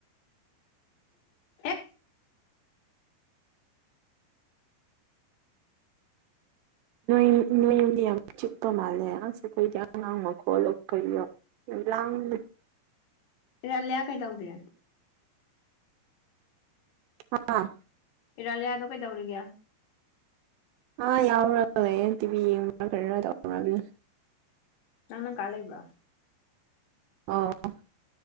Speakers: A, on the left; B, on the right.
A: ꯑꯦ
B: ꯅꯣꯏ ꯅꯣꯏ ꯗꯤ ꯌꯥꯝ ꯆꯤꯛꯄ ꯃꯥꯜꯂꯦ ꯑꯁ ꯑꯩꯈꯣꯏꯗꯤ ꯑꯉꯥꯡ ꯃꯈꯈꯣꯜꯂꯣ ꯀꯩꯌꯣ <unintelligible>
A: ꯑꯂꯂꯤꯌꯥ ꯀꯩꯗꯧꯗꯦ
B: <unintelligible>
A: ꯏꯔꯥꯂꯤꯌꯥꯗꯣ ꯀꯩꯗꯧꯔꯤꯒꯦ
B: <unintelligible> <unintelligible>
A: ꯅꯪ ꯅꯪ ꯀꯥ ꯂꯩꯕ
B: ꯑꯣꯥ